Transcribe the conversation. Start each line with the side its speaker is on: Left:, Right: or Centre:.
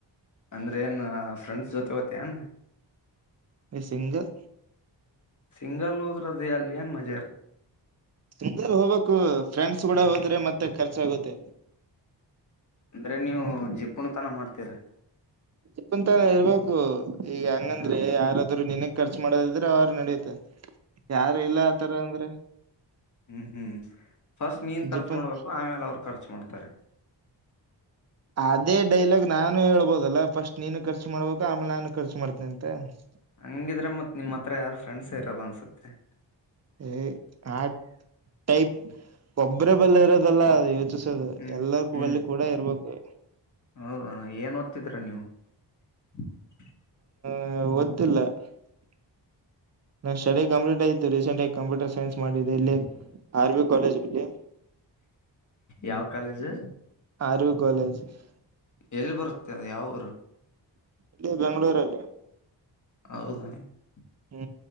Left: ಅಂದ್ರೆ ಏನ್ ಫ್ರೆಂಡ್ಸ್ ಜೊತೆ ತೇನ್
Right: ಇ ಸಿಂಗಲ್
Left: ಸಿಂಗಲ್ಲೂರ್್ರದ್ದ ಅಲ್ಲಿ ಏನ್ ಮಜಾಾರ
Right: ನಿಲ್ ಹೋಗ್ಬೇಕು ಫ್ರೆಂಡ್ಸ್ ಕೂಡ ಹೋದ್ರೆ ಮತ್ತೆ ಖರ್ಚಾಗುತ್ತೆ
Left: ಅಂದ್ರೆ ನೀವು ಜಿಪ್ಪಣ ತನ ಮಾಡ್ತೀರ
Right: ಚಪ್ಪಂತಾನ ಇರ್ಬೇಕು ಈಗ ಹಂಗಂದ್ರೆ
Left: ಹ
Right: ಯಾರಾದ್ರರು ನಿನಕ್ ಖರ್ಚು ಮಾಡೋದಿದ್ರೆ ಅವರು ನಡಿಯುತ್ತೆ ಯಾರು ಇಲ್ಲ ಆತರ ಅಂದ್ರೆ
Left: ಹ್ಮ್ ಹ್ಮ್ ಫಸ್ಟ್ ನೀನ್ ಖರ್ಚು
Right: ಜಿಪನ್
Left: ಮಾಡ್ಬೇಕು ಆಮೇಲೆ ಅವರ ಖರ್ಚು ಮಾಡ್ತಾರೆ. <unintelligible>
Right: ಅದೇ ಡೈಲಾಗ್ ನಾನು ಹೇಳ್ಬೋದಲ್ಲ ಫಸ್ಟ್ ನೀನು ಖರ್ಚು ಮಾಡ್ಬೇಕ ಆಮೇಲೆ ನಾನು ಖರ್ಚು ಮಾಡ್ತೇನೆ ಅಂತೇ <unintelligible>
Left: ಹಂಗಿದ್ರೆ ಮತ್ ನಿಮ್ ಹತ್ರ ಯಾರು ಫ್ರೆಂಡ್ಸ್ <unintelligible>
Right: ಏ ಆಟ ಟೈಪ್ ಒಬ್ಬರ ಬೆಲ್ಲ ಇರೋದಲ್ಲ ಯೋಚಿಸ <unintelligible>
Left: ಹ್ಮ್
Right: ಎಲ್ಲಾ ಕೋವೈಲ್
Left: ಹ್ಮ್
Right: ಅಲ್ಲಿ ಕೂಡ ಇರ್ಬೇಕು. <unintelligible>
Left: ಹೌದ ಏನ್ ಓದ್ತಿದ್ದೀರಾ ನೀವು? <unintelligible>
Right: ಹ ಒತ್ತಿಲ್ಲ? <unintelligible> ನನ್ನ ಸ್ಟಡಿ ಕಂಪ್ಲೀಟ್ ಆಯತ್ತು ರೀಸೆಂಟ್ ಆಗಿ ಕಂಪ್ಯೂಟರ್ ಸೈನ್ಸ್ ಮಾಡಿದೆ ಇಲ್ಲೇ? <unintelligible> ಆರ್ವಿ ಕಾಲೇಜ್ ಅಲ್ಲಿ
Left: ಯಾವ ಕಾಲೇಜ್
Right: ಆರ್ವಿ ಕಾಲೇಜ್ <unintelligible> <unintelligible>
Left: ಎಲ್ಲಿ ಬರುತ್ತದ ಯಾವರು? <unintelligible>
Right: ಇಲ್ಲೇ ಬೆಂಗಳೂರ್ ಅಲ್ಲಿ. <unintelligible>
Left: ಹೌದ <unintelligible>
Right: ಹೂ